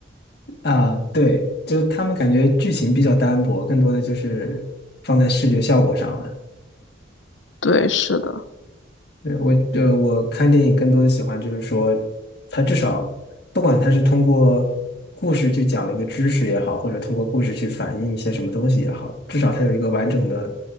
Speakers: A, on the left; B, on the left.
A: 啊，对，就他们感觉剧情比较单薄，更多的就是放在视觉效果上了。
B: 对，是的。
A: 对，我，呃，我看电影更多的喜欢就是说，它至少不管它是通过故事去讲一个知识也好，或者通过故事去反映一些什么东西也好，至少它有一个完整的，